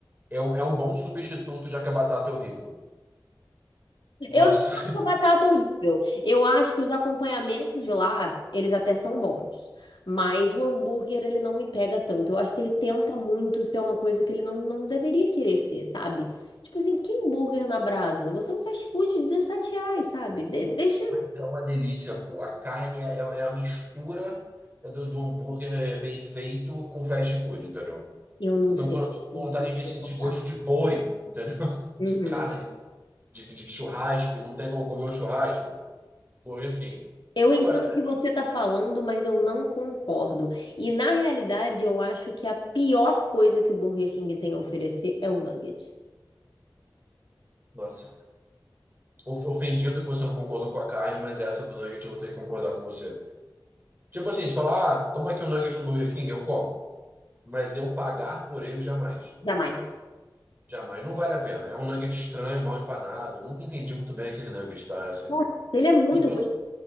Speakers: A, on the right; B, on the left.
A: é um, é um bom substituto, já que a batata é horrível.
B: Eu
A: Nossa.
B: não acho a batata horrível. Eu acho que os acompanhamentos de lá, eles até são bons. Mas o hambúrguer, ele não me pega tanto. Eu acho que ele tenta muito ser uma coisa que ele não, não deveria querer ser, sabe? Tipo assim, por que hambúrguer na brasa? Você é um fast food de 17 reais, sabe? De- deixa.
A: Mas é uma delícia, pô. A carne é, é é a mistura do, do hambúrguer é bem feito com fast food, entendeu?
B: Eu não
A: Então,
B: sei.
A: quando eu tô com
B: Não
A: vontade
B: sei se
A: de
B: eu
A: sentir
B: vou concordar.
A: gosto de boi, entendeu? <laughs> De
B: Uhum.
A: carne, de, de churrasco, e não tem como comer um churrasco, Burger King.
B: Eu
A: Agora,
B: entendo o que
A: é,
B: você está falando, mas eu não concordo. E na realidade, eu acho que a pior coisa que o Burger King tem a oferecer é o nugget.
A: nossa, of- ofendido que você não concordou com a carne, mas essa do nugget eu vou ter que concordar com você. Tipo assim, se falar, ah, toma aqui um nugget no Burger King, eu como. Mas eu pagar por ele jamais.
B: Jamais.
A: Jamais, não vale a pena. É um nugget estranho, mal empanado. Eu nunca entendi muito bem aquele nugget, tá? Assim,
B: Nossa, ele é muito
A: Inclusive,
B: ruim.